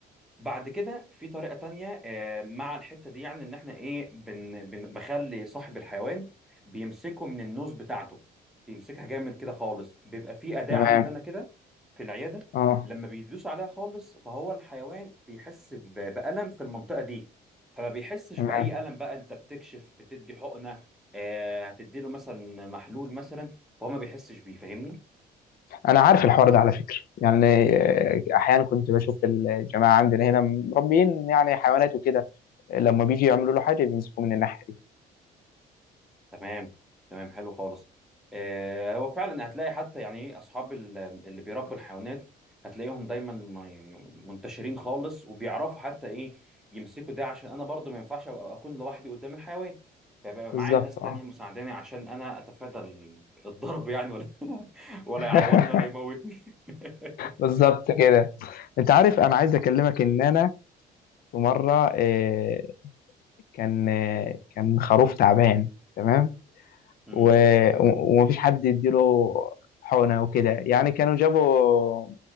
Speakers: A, in the centre; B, on the left.
A: بعد كده في طريقة تانية آه، مع الحتة دي يعني ان احنا ايه بن بن بخلي صاحب الحيوان بيمسكه من النوز بتاعته بيمسكها جامد كده خالص بيبقى في أداة
B: تمام
A: عندنا كده في العيادة
B: اه
A: لما بيدوس عليها خالص فهو الحيوان بيحس ب- بألم في المنطقة دي فما بيحسش
B: تمام
A: بأي ألم بقى انت بتكشف بتدي حقنة آه، هتدي له مثلا محلول مثلا فهو ما بيحسش بيه فاهمني
B: انا عارف الحوار ده على فكره يعني آه، احيانا كنت بشوف الجماعه عندنا هنا مربيين يعني حيوانات وكده لما بيجي يعملوا له حاجه بيمسكوه من الناحيه دي
A: تمام تمام حلو خالص آه، هو فعلا هتلاقي حتى يعني ايه اصحاب ال- اللي بيربوا الحيوانات هتلاقيهم دايما م- منتشرين خالص وبيعرفوا حتى ايه يمسكوا ده عشان انا برضو ما ينفعش أبقى اكون لوحدي قدام الحيوان فيبقى
B: بالظبط
A: معايا ناس
B: اه
A: تانية مساعداني عشان انا اتفادى ال- الضرب يعني ولا <laughs> ولا
B: <laughs>
A: يعورني ولا يموتني <laughs>
B: بالظبط كده انت عارف انا عايز اكلمك ان انا في مره آه، كان كان خروف تعبان تمام
A: مم.
B: و... ومفيش حد يديله حقنة وكده يعني كانوا جابوا